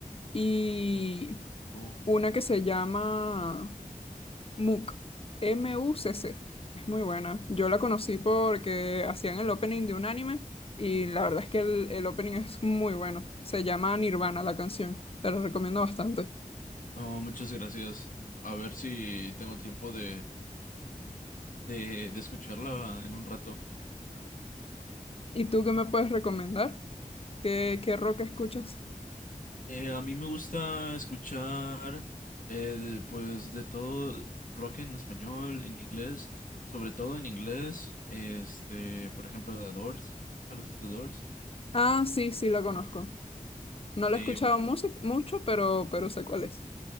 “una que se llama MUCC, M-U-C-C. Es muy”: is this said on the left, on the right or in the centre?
Left